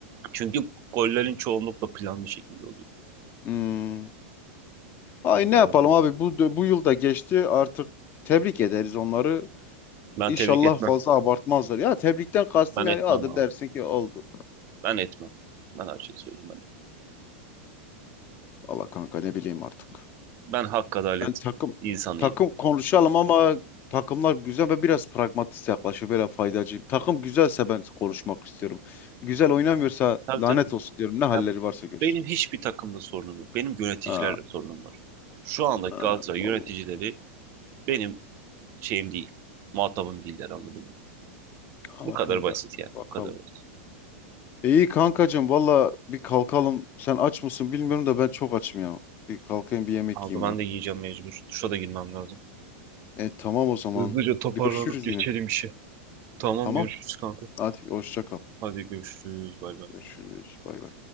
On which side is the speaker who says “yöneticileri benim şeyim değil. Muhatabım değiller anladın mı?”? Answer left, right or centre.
Right